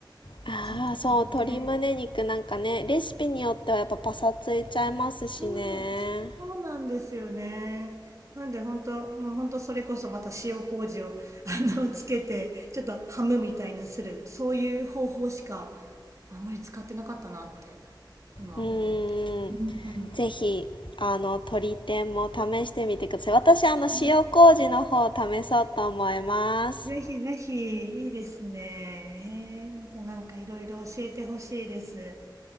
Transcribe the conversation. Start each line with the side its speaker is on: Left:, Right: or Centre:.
Left: ああそう鶏胸肉なんかねレシピによってはやっぱパサついちゃいますしね
Right: ちょっと鶏天そう、そうなんですよね。なんで本当、もう本当それこそまた塩麹をあのつけて、ちょっとハムみたいなする、そういう方法しかあんまり使ってなかったなって今思って。
Left: うーん
Right: うんう
Left: ぜひあの鶏天も試してみてください私あの塩麹の方試そうと思います
Right: ん。ぜひぜひいいですね。えーまたなんかいろいろ教えてほしいです。